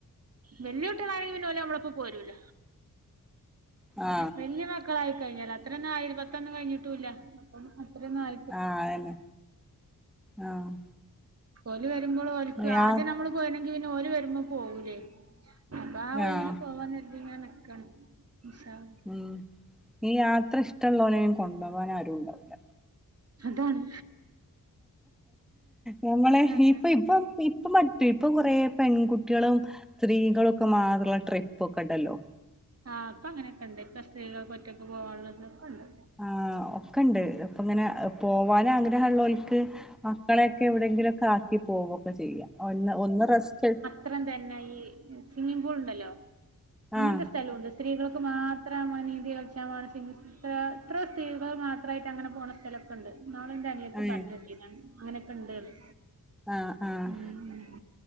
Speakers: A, on the right (about 45°); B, in the centre.
A: വെല്വിട്ടിളായ പിന്നെ ഓല് നമ്മളൊപ്പം പോരൂല
B: ആഹ്
A: വല്യ മക്കളായി കഴിഞ്ഞാല് അത്രന്ന ഇരുപത്തൊന്നും കഴിഞ്ഞിട്ടൂല്ല അത്രന്നും ആ
B: ആ അതന്നെ ആഹ്
A: ഓല വരുമ്പോൾ ഓല്ക്ക്
B: യാ
A: ആദ്യം നമ്മള് പോയിന്നെങ്കി പിന്നെ ഓല് വരുമ്പോ പോകൂലേ അപ്പൊ ആ ഒഴിവില്
B: ആഹ്
A: പോവാന്നരുതി ങ്ങനെ നിക്കാണ് ഇൻശാ അ
B: ഉം ഈ യാത്ര ഇഷ്ടള്ളൊരെ അയിന് കൊണ്ടോവാൻ ആരും ണ്ടാവൂല്ല
A: അതാണ്
B: ഞമ്മളെ
A: അതെ
B: ഇപ്പ ഇപ്പം ഇപ്പൊ മറ്റേ ഇപ്പൊ കൊറേ പെൺകുട്ടികളും സ്ത്രീകളൊക്കെ മാത്രള്ള ട്രിപ്പൊക്കെ ണ്ടല്ലോ
A: ആഹ് ഇപ്പ അങ്ങനെക്കെ ണ്ട് ഇപ്പ സ്ത്രീകൾക്ക് ഒറ്റക്ക് പോവാനുള്ളതൊക്കെ ണ്ട്
B: ആ ഒക്കെണ്ട് അപ്പങ്ങനെ പോവാനാഗ്രഹള്ളോർക്ക് മക്കളെക്കെ എവിടെങ്കിലൊക്കെ ആക്കി പോവൊക്കെ ചെയ്യാ ഒ ഒന്ന് റെസ്റ്റ്
A: ത്രേം തന്നെ ഈ സ്വിമ്മി പൂൾ ണ്ടല്ലോ അങ്ങനത്തെ
B: ആഹ്
A: സ്ഥലൂണ്ട് സ്ത്രീകൾക്ക് മാത്രമാ നീന്തി കളിച്ചമാണെച്ചിങ്കി എ ത്ര സ്ത്രീകൾ മാത്രയിട്ട് അങ്ങനെ പോണ സ്ഥല ക്കെണ്ട് ഇന്നാളിൻ്റെ അനിയത്തി
B: ഏഹ്
A: പറഞ്ഞേട്ടീന്ന് അങ്ങനൊക്കെണ്ട് ന്ന്
B: ആഹ് ആഹ്
A: ഉം ഉം